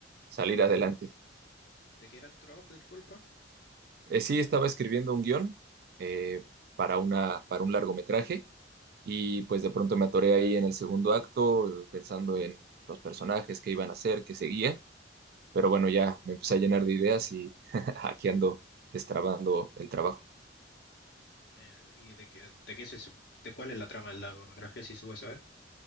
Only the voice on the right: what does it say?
salir adelante.
Eh, sí, estaba escribiendo un guión eh, para una, para un largometraje y pues de pronto me atoré ahí en el segundo acto eh, pensando en los personajes, qué iban a hacer, qué seguía. Pero bueno, ya me empecé a llenar de ideas y <laughs> aquí ando destrabando el trabajo.